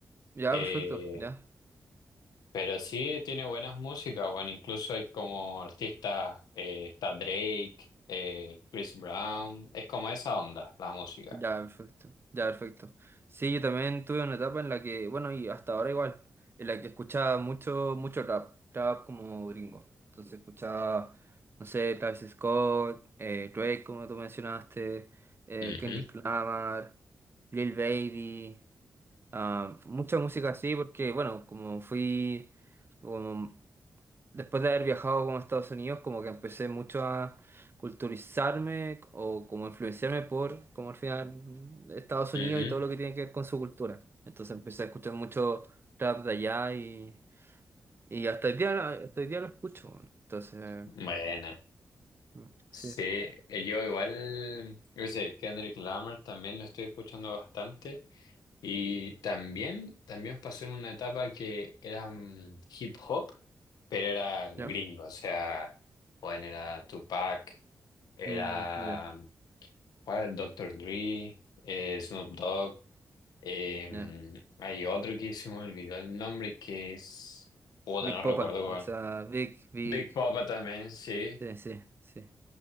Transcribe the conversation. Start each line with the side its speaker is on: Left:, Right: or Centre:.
Right: Ya,
Left: Eh,
Right: perfecto, ya.
Left: Pero sí tiene buenas músicas, bueno, incluso hay como artistas, eh, está Drake, eh, Chris Brown, es como esa onda, la música.
Right: Ya, perfecto. Ya, perfecto. Sí, yo también tuve una etapa en la que, bueno, y hasta ahora igual, en la que escuchaba mucho, mucho rap, rap como gringo. Entonces escuchaba, no sé, Travis Scott, eh, Drake, como tú mencionaste, eh,
Left: Ujú,
Right: Kendrick Lamar, Lil Baby, ah, mucha música así, porque, bueno, como fui, como después de haber viajado como a Estados Unidos, como que empecé mucho a culturizarme o como influenciarme por, como al final, Estados Unidos
Left: ujú.
Right: y todo lo que tiene que ver con su cultura. Entonces empecé a escuchar mucho trap de allá y, y hasta el día, hasta el día lo escucho. weón. Entonces,
Left: Bueno,
Right: mm,
Left: sí,
Right: sí,
Left: eh, yo igual, yo sé, Kendrick Lamar también lo estoy escuchando bastante y también, también pasé en una etapa que era mm, hip hop, pero era gringo,
Right: ya.
Left: o sea, bueno, era Tupac, era
Right: Mm, ya,
Left: ¿Cuál? Doctor Dre, eh, Snoop Dogg. em,
Right: ya.
Left: hay otro que se me olvidó el nombre que es. Puta,
Right: Big
Left: no
Right: Popa,
Left: recuerdo
Right: o
Left: cuál.
Right: sea, Big, Big,
Left: Big Papa también, sí.
Right: sí, sí, sí.